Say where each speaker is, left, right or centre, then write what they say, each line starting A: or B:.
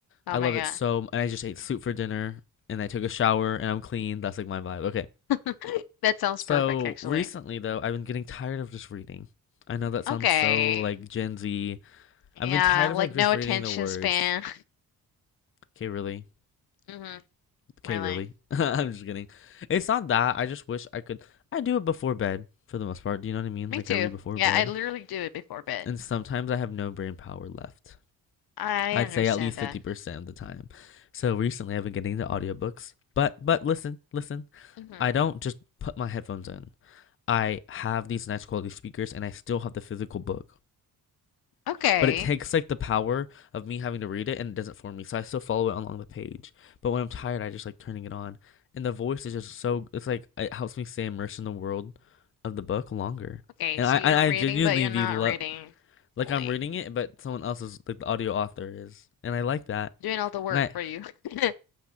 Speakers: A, on the left (about 70°); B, on the left (about 35°).
A: Oh
B: I
A: my
B: love
A: God.
B: it so. And I just ate soup for dinner, and I took a shower, and I'm clean. That's like my vibe. Okay.
A: <laughs> That sounds
B: So
A: perfect, actually.
B: recently, though, I've been getting tired of just reading. I know that sounds
A: Okay.
B: so like Gen Z. I've
A: Yeah,
B: been tired
A: like
B: of like
A: no
B: just reading
A: attention
B: the words.
A: span.
B: Okay, really?
A: <laughs> hmm
B: Okay,
A: Really.
B: really? <laughs> I'm just kidding. It's not that. I just wish I could. I do it before bed for the most part. Do you know what I mean?
A: Me
B: Like
A: too.
B: I read before
A: Yeah,
B: bed,
A: I literally do it before bed.
B: and sometimes I have no brain power left.
A: I
B: I'd
A: understand
B: say at least
A: that.
B: 50% of the time. So recently I've been getting the audiobooks. But but listen, listen.
A: hmm
B: I don't just put my headphones in. I have these nice quality speakers and I still have the physical book.
A: Okay.
B: But it takes like the power of me having to read it and it doesn't for me. So I still follow it along the page. But when I'm tired, I just like turning it on. And the voice is just so it's like it helps me stay immersed in the world of the book longer.
A: Okay,
B: And
A: so
B: I
A: you're
B: and I
A: reading,
B: genuinely
A: but you're
B: be
A: not
B: lo-
A: reading
B: like
A: fully.
B: I'm reading it, but someone else is like the audio author is. And I like that.
A: Doing all the work
B: And I
A: for you. <laughs>